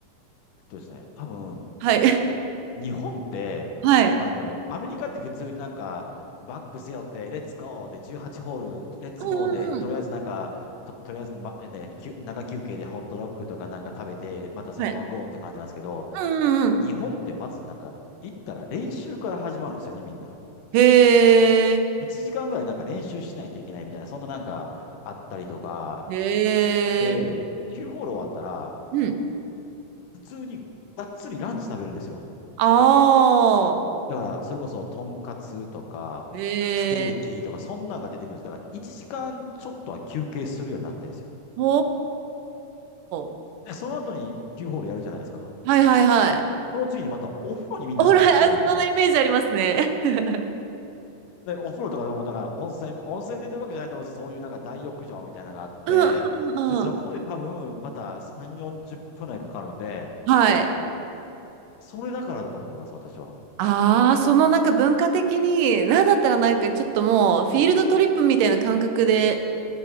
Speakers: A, on the left (about 80°); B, on the right (about 85°).
A: えっとですね、多分
B: はい。<laughs>
A: 日本って、
B: はい。
A: あの、アメリカって普通になんか、バック背負って、レッツゴーで18ホール、レッツゴーで、
B: うんうんうん。
A: とりあえずなんか、と、とりあえず、ま、ね、休中休憩でホットドッグとかなんか食べて、またそのままゴーって感じなんですけど、
B: はい。うんうんうん。
A: 日本ってまずなんか、行ったら練習から始まるんですよね、みんな。
B: へえ。
A: 1時間ぐらいなんか練習しないといけないみたいな、そんななんかあったりとか、
B: へえ。
A: で、9ホール終わったら、
B: うん。
A: 普通にがっつりランチ食べるんですよ。
B: ああ。
A: だから、それこそ、とんかつとか、
B: へえ。
A: ステーキとか、そんなんが出てくるんです。だから、1時間ちょっとは休憩するようになってんですよ。
B: ほー。
A: で、その後に Q ホールやるじゃないですか。
B: はいはいはい。
A: その次にまたお風呂にみんなさ、
B: ほら、
A: 入られるんですよ。
B: そのイメージありますね。<laughs>
A: で、お風呂とかでも、だから温泉、温泉出てるわけじゃないと思うんです。そういうなんか大浴場みたいなのがあって、
B: うんうんうんうん。
A: で、そこで多分、また3、40分内かかるんで、
B: はい。
A: それだからだと思います、私は。
B: ああ、そのなんか文化的に、なんだったらなんかちょっともうフィールドトリップみたいな感覚で